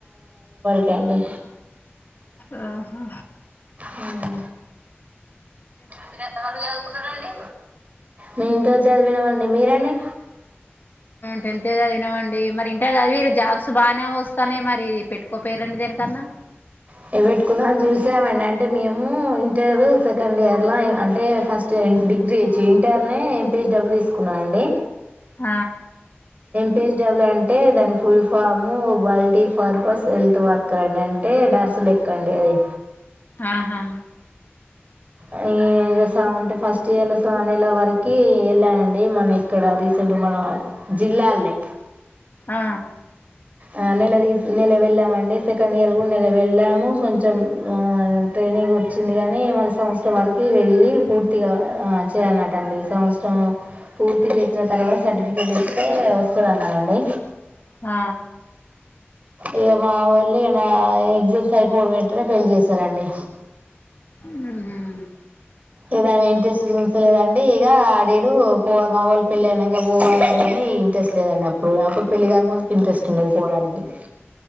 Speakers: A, on the right; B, on the left.
A: రండి
B: ఆహా
A: మ్మ్ మీరు ఎంతవరకు చదువుకున్నారండి మే ఇంటర్ చదివినామండి మీరండి
B: టెన్త్ ఏ చదివినమండి మరి ఇంటర్ చదివిరు జాబ్స్ బాగానే వస్తన్నాయి మరి పెట్టుకోపోరండి దేనికన్నా
A: ఇగా పెట్టుకుందామని చూసామండి అం అంటే మేము ఇంటర్ సెకండ్ ఇయర్ లా అంటే ఫస్ట్ డిగ్రీ చి ఇంటర్ లనే పె డబ్బులు తీసుకున్నా అండి
B: ఆ
A: <unintelligible> అంటే దాని full form multi purpose health worker అండి అంటే నర్సు లాగా అది
B: ఆహా
A: ఆయె ఇగ <unintelligible> ఫస్ట్ ఇయర్లో సన్ళ వరకి వెళానండి మనం ఇక్కడ రీసెంట్గా మన జిల్లానే
B: ఆ
A: ఆహా నెల తి నెల వెళ్ళామండి సెకండ్ ఇయర్ కూడా ఎలా వెళ్ళాము కొంచెం ఆ ట్రైనింగ్ వచ్చింది కాని వాళ్లు సం సంవత్సరం వరకు వెళ్ళి పూర్తిగా ఆ చేయాలన్నటండి సంవత్సరం పూర్తి చేసిన తర్వాత సర్టిఫికెట్ ఇస్తే వస్తదన్నారండి
B: ఆ
A: ఇక మా వాళ్ళు ఇగా నా ఎగ్జామ్స్ అయిపోయిన వెంటనే పెళ్లి చేసారండి
B: ఊమ్మ్
A: ఇదాని ఇంట్రెస్ట్ చూస్తాలేదండి ఇక నేను మా వొళ్ళు పెళ్లి అయినాక పో అన్నారు కానీ ఇంట్రస్ట్ లేదండి అప్పుడు అప్పుడు పెళ్లి కాక ముందు ఇంట్రెస్ట్ ఉండేది పోడానికి అ